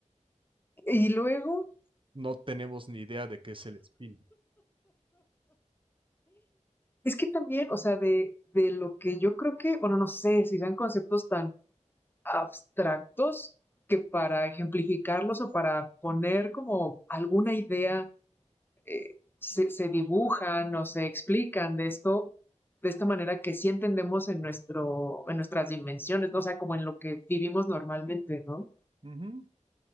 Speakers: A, on the left; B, on the right.
A: Y luego,
B: no tenemos ni idea de qué es el spin.
A: es que también, o sea, de, de lo que yo creo que, bueno, no sé si sean conceptos tan abstractos que para ejemplificarlos o para poner como alguna idea eh, se, se, dibujan o se explican de esto, de esta manera que sí entendemos en, nuestro, en nuestras dimensiones, ¿no? o sea, como en lo que vivimos normalmente, ¿no?
B: Ujú.